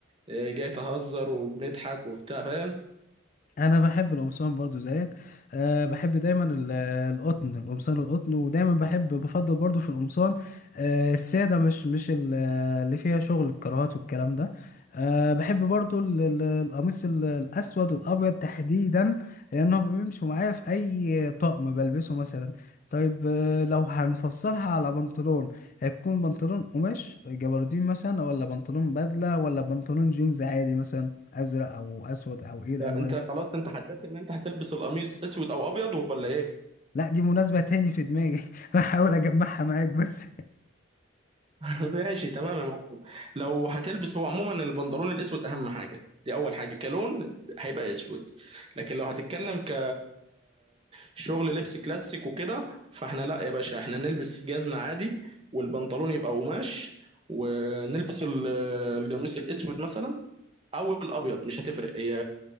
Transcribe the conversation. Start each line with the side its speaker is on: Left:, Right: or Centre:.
Right: آه، جاي تهزر وبنضحك وبتاع فاهم
Left: انا بحب القمصان برضو زيك أه بحب دايما ال- القطن القمصان القطن ودايما بحب بفضل برضو في القمصان أه الساده مش مش ال- اللي فيها شغل الكراهات والكلام ده أه بحب برضو ال- ال- القميص ال- الاسود والابيض تحديدا لانهم بيمشوا معايا في اي طقم بلبسه مثلا طيب آه، لو هنفصلها على بنطلون هيكون بنطلون قماش جبردين مثلا ولا بنطلون بدله ولا بنطلون جينز عادي مثلا ازرق او اسود او ايه الالوان
Right: انت خلاص انت حددت ان انت هتلبس القميص اسود او ابيض ولا ايه
Left: لا دي مناسبة تاني في دماغي <laughs> بحاول أجمعها معاك بس
Right: <laughs> ماشي تمام يا معلم لو هتلبس هو عموما البنطلون الاسود اهم حاجه دي اول حاجه كلون هيبقى اسود لكن لو هتتكلم ك شغل لبس كلاسيك وكده فاحنا لا يا باشا احنا نلبس جزمه عادي والبنطلون يبقى قماش ونلبس ال- القميص الاسود مثلا او الابيض مش هتفرق هي